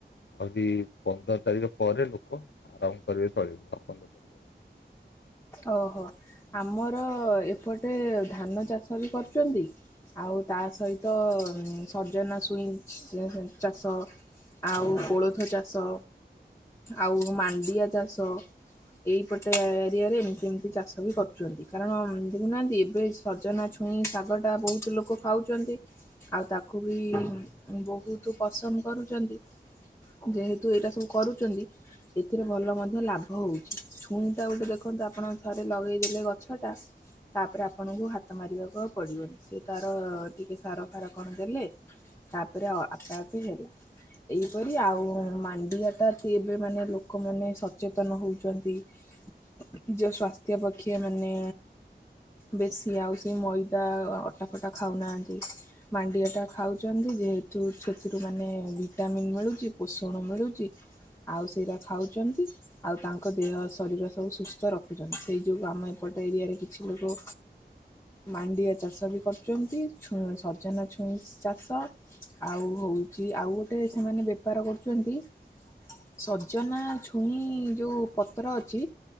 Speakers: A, on the left (about 85°); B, on the left (about 15°).
A: ଆଉରିି ପନ୍ଦର ତାରିଖ ପରେ ଲୋକ ଆରମ୍ଭ କରିବେ ତଳି ରୁଆଁ ଆଉ ପନ୍ଦର ଦିନ।
B: ଓହୋ ଆମର ଏପଟେ ଧାନ ଚାଷ ବି କରୁଛନ୍ତି ଆଉ ତା ସହିତ ସଜନା ଛୁଇଁ ଚାଷ। ଆଉ କୋଳଥ ଚାଷ ଆଉ ମାଣ୍ଡିଆ ଚାଷ। ଏଇପଟେ ଏରିଆରେ ସେମିତି ଚାଷ ବି କରୁଚନ୍ତି, କାରଣ ଦେଖୁନାହାନ୍ତି ଏବେ ସଜନା ଛୁଇଁ ଶାଗଟା ବହୁତ ଲୋକ ଖାଉଛନ୍ତି ଆଉ ତାକୁ ବି ବହୁତ ପସନ୍ଦ କରୁଚନ୍ତି। ଯେହେତୁ ଏଇଟା ସବୁ କରୁଚନ୍ତି ଏଥିରେ ଭଲ ମଧ୍ୟ ଲାଭ ହଉଚି, ଛୁଇଁଟା ଗୋଟେ ଦେଖନ୍ତୁ ଆପଣ ଥରେ ଲଗେଇଦେଲେ ଗଛ ଟା ତାପରେ ଆପଣଙ୍କୁ ହାତ ମାରିବାକୁ ଆଉ ପଡିବନି, ସେ ତାର ଟିକେ ସାର ଫାର କଣ ଦେଲେ ତାପରେ ଅ ଆପେ ଆପେ ହେଇଗଲା। ଏହିପରି ଆଉ ମାଣ୍ଡିଆଟା ତ ଏବେ ମାନେ ଲୋକମାନେ ସଚେତନ ହଉଚନ୍ତି। ନିଜ ସ୍ୱାସ୍ଥ୍ୟ ପକ୍ଷେ ମାନେ ବେଶୀ ଆଉ ସେ ମଇଦା ଅଟା ଫଟା ଖାଉନାହାଁନ୍ତି। ମାଣ୍ଡିଆ ଟା ଖାଉଛନ୍ତି ଯେହେତୁ ସେଥିରୁ ମାନେ ଭିଟାମନ୍ ମିଳୁଚି, ପୋଷଣ ମିଳୁଚି। ଆଉ ସେଇର ଖାଉଛନ୍ତି, ଆଉ ତାଙ୍କ ଦେହ ଶରୀର ସବୁ ସୁସ୍ଥ ର ଖୁଛନ୍ତି ସେଇଯୋଗୁ ଆମ ଏପଟେ ଏରିଆରେ କିଛି ଲୋକ ମାଣ୍ଡିଆ ଚାଷ ବି କରୁଚନ୍ତି, ଛୁ ସଜନା ଛୁଇଁ ଚାଷ ଆଉ ହଉଚି ଆଉ ଗୋଟେ ସେମାନେ ବେପାର କରୁଚନ୍ତି ସଜନା ଛୁଇଁ ଯୋଉ ପତ୍ର ଅଛି